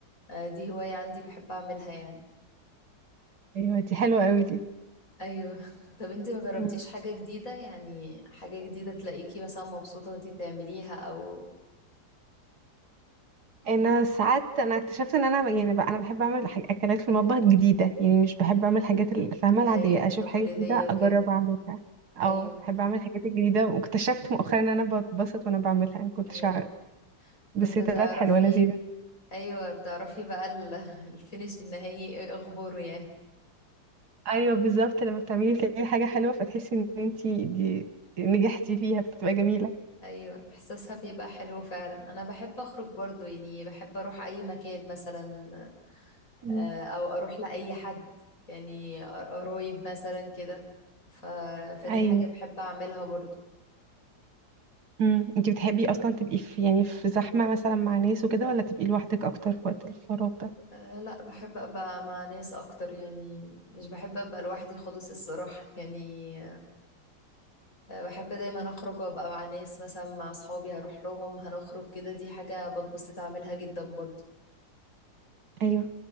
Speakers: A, on the left; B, on the right.
A: آه، دي هوايه عندي بحب اعملها يعني
B: ايوه دي حلوه قوي دي
A: ايوه طب انت ما جربتيش
B: مم.
A: حاجة جديدة يعني حاجة جديدة تلاقيكي مثلا مبسوطة وانت بتعمليها او
B: انا ساعات انا اكتشفت ان انا ب- يعني بقى انا بحب اعمل حاج- اكلات في المطبخ جديدة يعني مش بحب اعمل حاجات الفاهمة العادية
A: ايوه
B: اشوف
A: تقليدية
B: حاجة جديدة
A: وكده
B: اجرب اعملها او
A: ايوه
B: بحب اعمل الحاجات الجديدة واكتشفت مؤخرا ان انا بتبسط وانا بعملها ما كنتش
A: ايوه
B: اعرف بس
A: طب بتعرفي
B: هي طلعت حلوة لذيذة
A: ايوه بتعرفي بقى ال- <laughs> الفينش النهائي ايه اخباره يعني
B: ايوه بالظبط لما بتعملي تلاقي حاجه حلوه فتحسي ان انتي دي نجحتي فيها فبتبقى جميله
A: ايوه احساسها بيبقى حلو فعلا انا بحب اخرج برضو يعني بحب اروح اي مكان مثلا
B: مم.
A: آه، او اروح لاي حد يعني قرايب مثلا كده ف... فدي
B: ايوه
A: حاجة بحب اعملها برضو
B: امم انتي بتحبي اصلا تبقي في يعني في زحمه مثلا مع ناس وكده ولا تبقي لوحدك اكتر في وقت الفراغ ده
A: أه لا بحب ابقى مع ناس اكتر يعني مش بحب ابقى لوحدي خالص الصراحة يعني أه بحب دايما اخرج وابقى مع ناس مثلا مع اصحابي هروح لهم هنخرج كده دي حاجة بتبسط اعملها جدا برضه
B: ايوه